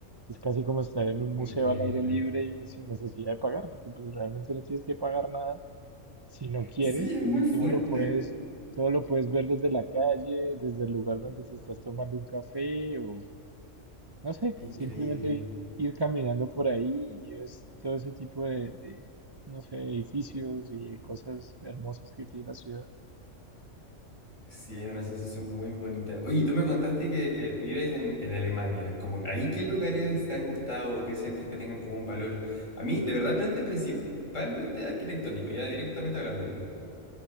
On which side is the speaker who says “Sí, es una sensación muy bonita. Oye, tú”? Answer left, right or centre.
Left